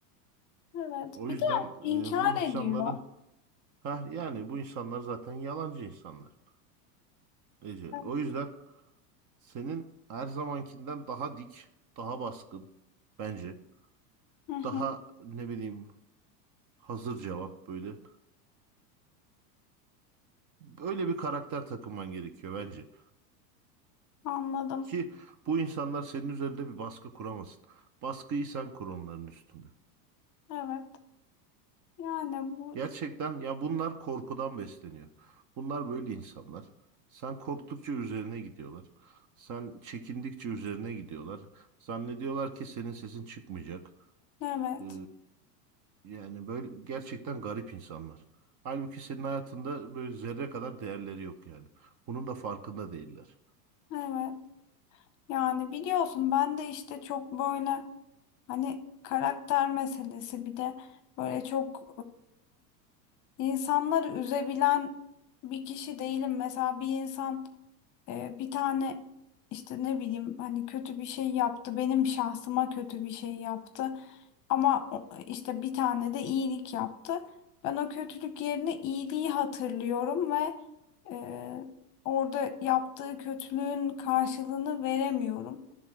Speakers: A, on the left; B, on the right.
A: Evet.
B: O
A: Bir
B: yüzden
A: de inkar
B: e, bu insanları
A: ediyor.
B: ha yani bu insanlar zaten yalancı insanlar. Ece.
A: Evet.
B: O yüzden Senin her zamankinden daha dik, daha baskın bence.
A: Hı hı.
B: Daha ne bileyim hazır cevap böyle. Böyle bir karakter takınman gerekiyor bence.
A: Anladım.
B: Ki bu insanlar senin üzerinde bir baskı kuramasın. Baskıyı sen kur onların üstünde.
A: Evet. Yani bu
B: Gerçekten ya bunlar korkudan besleniyor. Bunlar böyle insanlar. Sen korktukça üzerine gidiyorlar. Sen çekindikçe üzerine gidiyorlar. Zannediyorlar ki senin sesin çıkmayacak.
A: evet.
B: Ee, Yani böyle gerçekten garip insanlar. Halbuki senin hayatında böyle zerre kadar değerleri yok yani. Bunun da farkında değiller.
A: Evet. Yani biliyorsun ben de işte çok böyle hani karakter meselesi bir de böyle çok İnsanları üzebilen bir kişi değilim. Mesela bir insan e, bir tane işte ne bileyim hani kötü bir şey yaptı. Benim şahsıma kötü bir şey yaptı. Ama o- işte bir tane de iyilik yaptı. Ben o kötülük yerine iyiliği hatırlıyorum ve e, orada yaptığı kötülüğün karşılığını veremiyorum.